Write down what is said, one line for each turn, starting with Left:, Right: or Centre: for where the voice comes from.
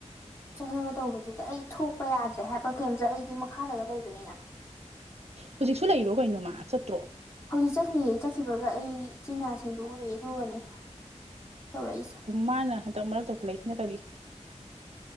Left: ꯆꯪꯉꯒ ꯇꯧꯕꯁꯤꯗ ꯑꯩ ꯊꯣꯛꯄ ꯌꯥꯗ꯭ꯔꯦ ꯍꯥꯏꯕ ꯀꯔꯤꯦꯝꯁꯦ ꯑꯩꯗꯤ ꯃꯈꯥꯗꯒ ꯂꯩꯕꯅꯤꯅ <inaudible>
Right: ꯍꯧꯖꯤꯛꯁꯨ ꯂꯩꯔꯣ ꯀꯩꯅꯣ ꯃꯥ ꯆꯠꯇ꯭ꯔꯣ
Left: ꯍꯧꯖꯤ ꯆ ꯀꯔꯤ ꯆꯠꯈꯤꯕꯒ ꯑꯩ ꯏꯆꯤꯟ ꯏꯅꯥꯁꯤꯡꯗꯨ ꯎꯔꯛꯑꯦ ꯑꯗꯨꯒꯅꯤ ꯇꯧꯔꯛꯏꯁꯦ
Right: ꯃꯥꯅ ꯍꯟꯗꯛ ꯃꯔꯛ ꯇꯧꯈꯠꯂꯛꯏꯁꯤꯅ ꯀꯔꯤ